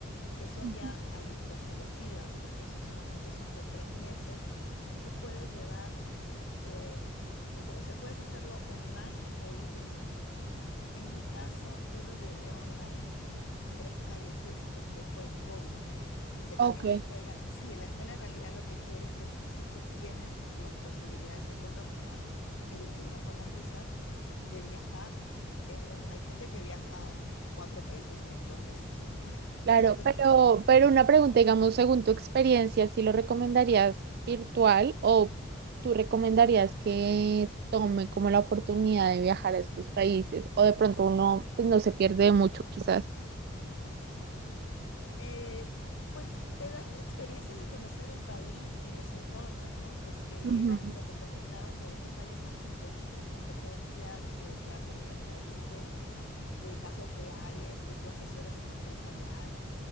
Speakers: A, on the left (about 65°); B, on the right (about 50°).
A: que son
B: Ujú.
A: ya las selectivas, porque esos solamente son de tres meses, tú puedes llevar, eh, o sea, puedes hacerlo online o híbrido. En mi caso, yo lo llevé online en tres países porque fue el COVID. Porque
B: Ok.
A: también la escuela, <laughs> sí, la escuela en realidad lo que quiere es que si tú tienes las posibilidades económicas, ellos te ayudan con las visas, de viajar en un, hay gente que viaja en cuatro países en dos meses, ¿no? <laughs>
B: Claro,
A: Entonces,
B: pero, pero una pregunta, digamos, según tu experiencia, ¿si lo recomendarías virtual o tú recomendarías que tome como la oportunidad de viajar a estos países? O de pronto uno pues, no se pierde mucho, quizás.
A: Eh, pues te da una experiencia de conocer el país y los entornos, ¿no? Porque
B: Ujú,
A: era como te comentaba que a veces hay estas, compe- estas competencias que se hacen en los países de casos reales, que tú asesoras una empresa real.